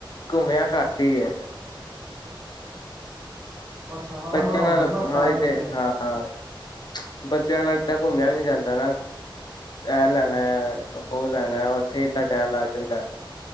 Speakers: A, on the left; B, on the right.
A: ਘੁੰਮਿਆ ਘੱਟੀਏ।
B: ਅੱਛਾ ਹਾਂ
A: ਬੱਚਿਆਂ
B: ਬੜਾ ਹੋਣਾ
A: ਨਾਲ,
B: ਨਾ ਤਾਂ
A: ਹਾ ਈ
B: ਕਰਕੇ
A: ਤੇ ਹਾਂ। <unintelligible> ਬੱਚਿਆਂ ਨਾਲ ਏਦਾਂ ਘੁੰਮਿਆ ਵੀ ਨੀ ਜਾਂਦਾ ਨਾ, ਇਹ ਲੈਣਾ, ਔਹ ਲੈਣਾ, ਔਓਥੇ ਤਾਂ ਟੈਮ ਲੱਗ ਜਾਂਦਾ।